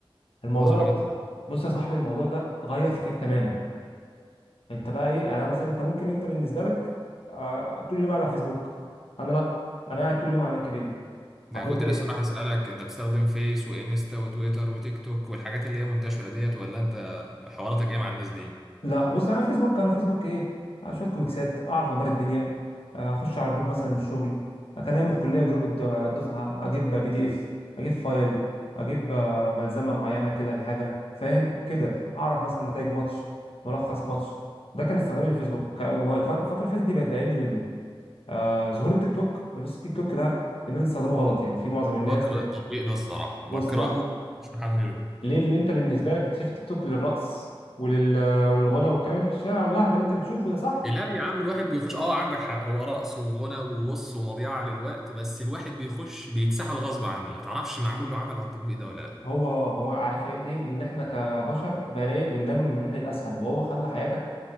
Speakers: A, on the left (about 75°); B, in the centre.
A: الموضوع
B: عظمه
A: ده
B: جدا
A: بص بص يا صاحبي الموضوع ده غير فكرك تماما انت بقى ايه يعني انا مثلا انت ممكن انت بالنسبه لك آه، طول اليوم قاعد على فيسبوك انا لا انا قاعد طول اليوم على لينكد ان
B: ده
A: هتقول
B: انا كنت
A: لي
B: لسه راح اسالك انت بتستخدم فيس وانستا وتويتر وتيك توك والحاجات اللي هي منتشره ديت ولا انت حواراتك ايه مع الناس دي
A: لا بص انا فيسبوك انا فيسبوك ايه آه، شويه كوميكسات اعرف اخبار الدنيا آه، اخش على جروب مثلا الشغل آه، كان ايام الكليه جروب الد- آه، الدفعه اجيب بي دي اف اجيب فايل اجيب آه، ملزمه معينه كده لحاجه فاهم كده اعرف مثلا نتائج ماتش ملخص ماتش ده كان استخدامي للفيسبوك ك- وهو الف- الفتره اللي فاتت دي بقت اقل منه آه، ظهور التيك توك بص التيك توك ده الناس بتستخدمه غلط يعني في معظم الناس
B: بكره التطبيق ده الصراحه
A: بص
B: بكرهه
A: بقى
B: مش محمله
A: ليه لان انت بالنسبه لك اكتشفت تيك توك للرقص ولل... وللغنى والكلام اللي في الشارع واللهبل اللي انت بتشوفه ده صح
B: لا يا عم الواحد بيخش اه عندك حق هو رقص وغنى وبص ومضيعة للوقت بس الواحد بيخش بيتسحل غصب عنه ما تعرفش معمول له عمل على التطبيق ده ولا لا
A: هو هو عارف ايه ليه لان احنا كبشر بقينا ايه بن دايما بنروح للاسهل وهو خلى حياتك